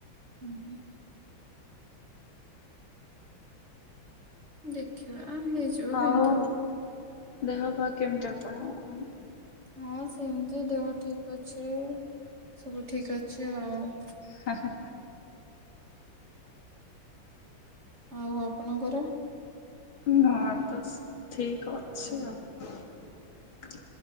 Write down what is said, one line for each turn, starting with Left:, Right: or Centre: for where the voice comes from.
Right: ଉ ହୁଁ ଦେଖିବା। ଆ ହେଇଯିଵ
Left: ଆଉ
Right: ପିନ୍ଧିଦେବ।
Left: ଦେହ ପା କେମିତି ଆପଣ କୁହନ୍ତୁ।
Right: ହଁ ସେମିତି ଦେହ ଠିକ ଅ ଅଛି ସବୁ ଠିକ୍ ଅଛି ଆଉ।
Left: ହାହା,
Right: ଆଉ ଆପଣଙ୍କର।
Left: ନା ତ ସେ, ଠିକ ଅଛି
Right: ହୁଁ
Left: ଆଉ।